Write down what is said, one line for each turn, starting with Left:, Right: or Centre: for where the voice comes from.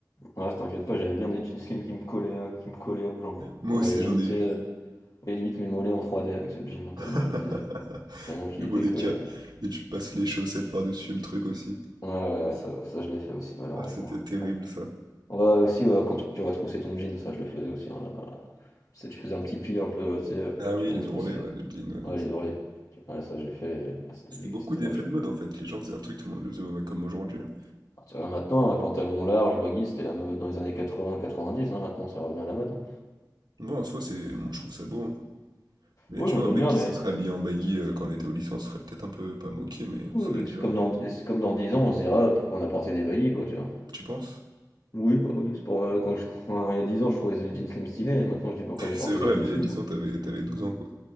Left: Ouais, t'inquiète pas, j'avais bien des jeans slim qui me collaient, euh, qui me collaient aux jambes.
Right: Moi
Left: On voyait
Right: aussi
Left: limite,
Right: j'en ai eu.
Left: euh, on voyait limite mes mollets en 3D avec ce jean, tellement
Right: <laughs>
Left: il était, Tellement qu'il
Right: Le
Left: était
Right: Moleca.
Left: collé.
Right: Et tu passes les chaussettes par-dessus le truc aussi.
Left: Ouais, ouais, ouais, ça, ça, je l'ai fait aussi, malheureusement.
Right: <laughs> Ah, c'était terrible
Left: Ouais.
Right: ça.
Left: Ouais, aussi, ouais, quand tu retroussais ton jean, ça, je le faisais aussi. hein, là, là, là. C'est- Tu faisais un petit pli un peu, euh, tu sais, euh,
Right: Ah
Left: tu
Right: oui,
Left: retroussais.
Right: les ourlets ouais, de jean, ouais, non,
Left: Ouais, les
Right: c'est-
Left: ourlets. Ouais, ça, j'ai fait. et- ah, c'était
Right: C'était
Left: dégueu,
Right: beaucoup
Left: c'était
Right: d'effets
Left: moche.
Right: de mode en fait. Les gens faisaient un truc, tout le monde le faisait ouais, comme aujourd'hui. hein.
Left: Ah, Tu regardes maintenant, un pantalon large, baggy, c'était la mode dans les années 80-90, hein, maintenant, c'est revenu à la mode. hein.
Right: Non, en soi, c'est... moi, je trouve ça beau. hein. Mais
Left: Oui,
Right: tu
Left: moi,
Right: vois,
Left: j'aime
Right: un mec
Left: bien,
Right: qui
Left: mais
Right: se serait habillé en baggy euh, quand on était au lycée, on se serait peut-être un peu pas moqué, mais
Left: oui,
Right: on se serait dit,
Left: c'est
Right: ah
Left: comme
Right: ouais,
Left: dans, c'est comme dans 10 ans, on se dira ah, pourquoi on a porté des baggy, quoi, tu vois.
Right: tu penses?
Left: Oui, bah oui, c'est pour. euh, quand je- <laughs> il y a 10 ans, je trouvais les jeans slim stylés, maintenant, je dis pourquoi
Right: <laughs>
Left: j'ai
Right: C'est
Left: porté
Right: vrai,
Left: des jeans
Right: mais
Left: slim.
Right: il y a 10 ans, t'avais, t'avais 12 ans quoi.